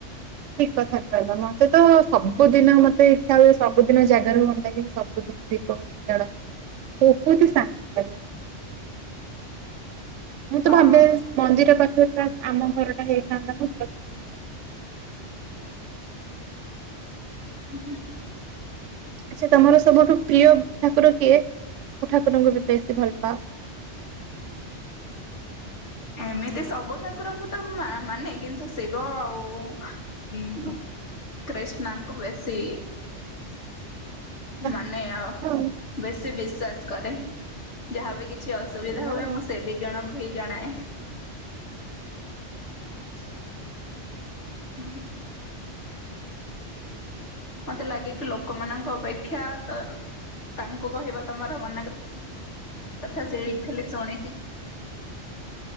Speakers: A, on the right; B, on the left.
A: ଠିକ କଥା କହିଲା ମତେ ତ ସବୁଦିନ ମତେ ଇଚ୍ଛା ହୁଏ ସବୁଦିନ ଜାଗର ହୁଅନ୍ତା କି ମୁଁ ସବୁଦିନ ଦୀପ ବସି ଜାଳନ୍ତି ବହୁତ ହି ଶାନ୍ତି ଲାଗେ ମ ମୁଁ ତ
B: ହଁ
A: ଭାବେ ମନ୍ଦିର ପାଖରେ ଖାସ୍ ଆମ ଘରଟା ହେଇଥାନ୍ତା ମୁଁ ପ୍ରତିଦିନ ଯାଆନ୍ତି ମନ୍ଦିର କୁ।
B: ହୁଁ ହୁଁ
A: ଆଛା ତମର ସବୁଠୁ ପ୍ରିୟ ଠାକୁର କିଏ କୋଉ ଠାକୁରଙ୍କୁ ବି ବେଶୀ ଭଲ ପାଅ।
B: ଏମିତି ସବୁ ଠାକୁରଙ୍କୁ ତ ମା-ମାନେ କିନ୍ତୁ ଶିବ ଆଉ ହୁଁ। କ୍ରିଷ୍ଣାଙ୍କୁ ବେଶୀ।
A: ବା
B: ମାନେ
A: ଭଲ
B: ଆଉ ବେଶୀ ବିଶ୍ୱାସ କରେ। ଯାହା ବିି କିଛି ଅସୁବିଧା
A: ଭଲ
B: ହୁଏ
A: ଆଉ
B: ମୁଁ ସେ ଦି ଜଣଙ୍କୁ ହିଁ ଜଣାଏ
A: ଆଚ୍ଛା।
B: ହୁଁ ମତେ ଲାଗେ କି ଲୋକମାନଙ୍କ ଅପେକ୍ଷା ତାଙ୍କୁ କହିବା ତମର ମନେ କଥା ସେଇଠି ଖାଲି ଶୁଣିକି